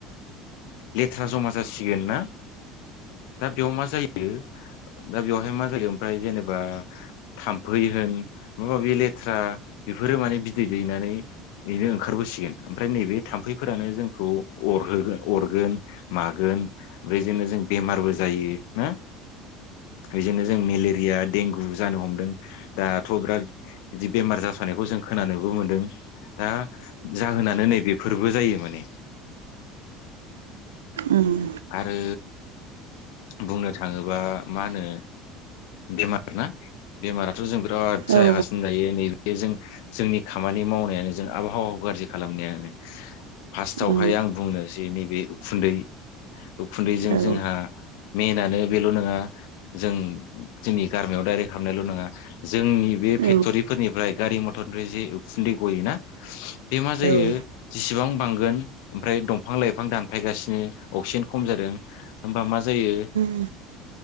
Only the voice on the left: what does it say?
लेथ्रा जमा जासिगोन ना? दा बेयाव मा जायो? दा बेवहाय मा जायो ओमफ्राय जेनेबा थाम्फै होन माबा माबि लेथ्रा बेफोरो माने बिदै दैनानै बेनो ओंखारबोसिगोन ओमफ्राय नैबे थाम फैफोरानो जोंखौ अरहो अरगोन मागोन बेजोंनो जों बेमारबो जायो ना। बेजोंनो जों मेलेरिया देंगु जानो हमदों दाथ' बिराद बिदि बेमार जासनायखौ जों खोनानोबो मोनदों। दा जाहोनानो नै बेफोरबो जायो माने।
आरो बुंनो थांङोबा मा होनो बेमार ना बेमाराथ जों बिराद
जायागासिनो
दायो नै‌ बे जों जोंनि खामानि मावनायानो जों आबहावाखौ गाज्रि खालामनायानो। फार्स्टआवहाय
आं बुंनो जे नैबे उखुन्दै उखुन्दैजों
जोंहा मेनानो बेल नोङा जों जोंनि गारमायाव डाइरेक्ट हाबनायल नंङा जोंनि बे फेक्टरिफोरनिफ्राय
गा रि मथरनिफ्राय जे उखुन्दै गयो ना? बे मा जसेबां
बांगोन दंफां लाइफां दानफायगासिनो अक्सिजेन खम जादों होमबा मा जायो